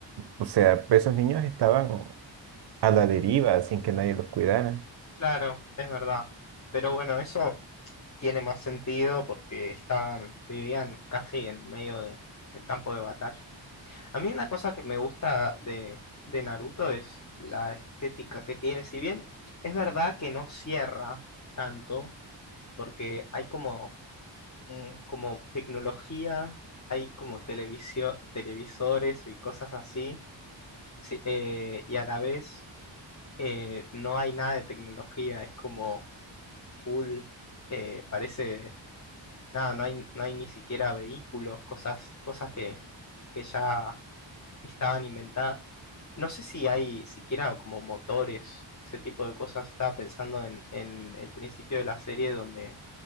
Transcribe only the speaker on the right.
O sea, esos niños estaban a la deriva sin que nadie los cuidara.